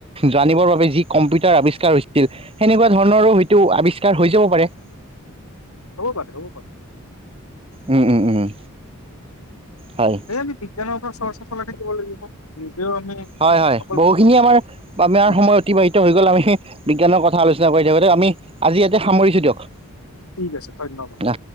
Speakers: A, on the right; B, on the left.
A: জানিবৰ বাবে যি কম্পিউটাৰ আৱিষ্কাৰ হৈছিল। সেনেকুৱা ধৰণৰো হয়তো আৱিষ্কাৰ হৈ যাব পাৰে। <inaudible>
B: হ'ব পাৰে হ'ব পাৰে।
A: উম, উম, উম হয়।
B: আমি বিজ্ঞানৰ ওপৰত চৰ্চা চলাই থাকিব লাগিব। নিজেও আমি
A: হয় হয়
B: অকল
A: বহুখিনি আমাৰ আমাৰ
B: উম
A: সময় অতিবাহিত হৈ গ'ল আমি বিজ্ঞানৰ কথা আলোচনা কৰি থাকোঁতে আমি আজি এতিয়া সামৰিছো দিয়ক।
B: ঠিক আছে ধন্যবাদ।
A: অ